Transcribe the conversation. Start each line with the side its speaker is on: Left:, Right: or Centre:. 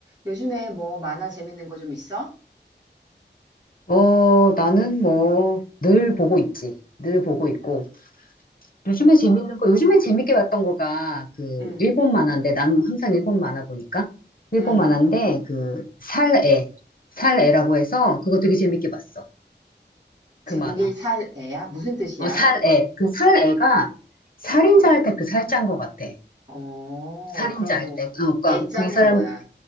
Right: 요즘에 뭐 만화 재밌는 거 좀 있어?
Left: 어, 나는 뭐, 늘 보고 있지. 늘 보고 있고. 요즘에 재밌는 거, 요즘에 재밌게 봤던 거가, 그,
Right: 응,
Left: 일본 만화인데, 난 항상 일본 만화 보니까. 일본
Right: 응.
Left: 만화인데, 그, 살애. 살애라고 해서, 그거 되게 재밌게 봤어.
Right: 제목이
Left: 그 만화.
Right: 살 애야? 무슨 뜻이야?
Left: 어, 살애. 그 살애가, 살인자 할 때 그 살자인 것 같아.
Right: 어,
Left: 살인자
Right: 그럼 뭐,
Left: 할 때. 어, 그니까,
Right: 애자는
Left: 그 이 사람,
Right: 뭐야?